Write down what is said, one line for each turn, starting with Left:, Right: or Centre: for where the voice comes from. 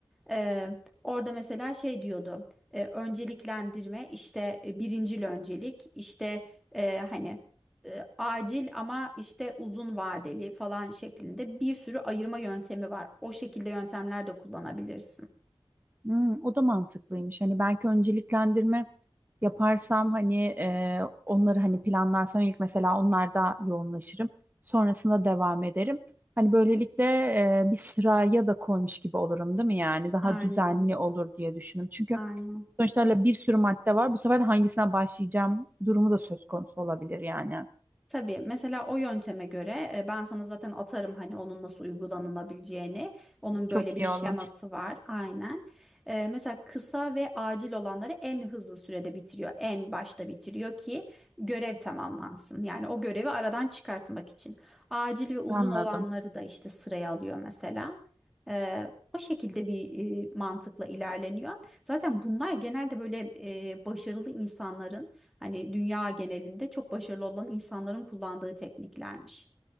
Centre: E, orada mesela şey diyordu e, önceliklendirme işte e, birincil öncelik işte e, hani e, acil ama işte uzun vadeli falan şeklinde bir sürü ayırma yöntemi var. O şekilde yöntemler de kullanabilirsin.
Right: Hmm, o da mantıklıymış. Hani belki önceliklendirme yaparsam hani e, onları hani planlarsam ilk mesela onlarda yoğunlaşırım. Sonrasında devam ederim. Hani böylelikle e, bir sıraya da koymuş gibi olurum değil mi yani? Daha
Centre: Aynen,
Right: düzenli olur diye düşündüm. Çünkü
Centre: aynen.
Right: sonuçta öyle bir sürü madde var. Bu sefer de hangisine başlayacağım durumu da söz konusu olabilir yani.
Centre: Tabii mesela o yönteme göre e, ben sana zaten atarım hani onun nasıl uygulanılabileceğini. Onun
Right: Çok
Centre: böyle bir
Right: iyi
Centre: şeması
Right: olur.
Centre: var aynen. E, mesela kısa ve acil olanları en hızlı sürede bitiriyor. En başta bitiriyor ki görev tamamlansın. Yani o görevi aradan çıkartmak için. Acil ve uzun
Right: Anladım.
Centre: olanları da işte sıraya alıyor mesela. E, o şekilde bir e, mantıkla ilerleniyor. Zaten bunlar genelde böyle e, başarılı insanların Hani dünya genelinde çok başarılı olan insanların kullandığı tekniklermiş.